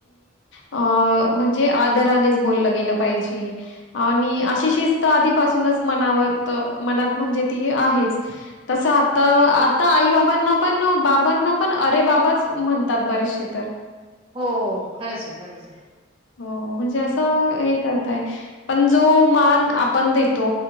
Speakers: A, on the left; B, on the right.
A: म्हणजे आधराणे बोले गेले पाहिजे अशी शिस्त आधी पासून मनात म्हणजे त आहे तस आ आता आई बाबांना पण बाबांना पण अरे बाबाच म्हणतात बरेचसे तर
B: हो खरंच आहे खरंच आहे.
A: हो म्हणजे असं हे करताय पण जो मान आपण देतो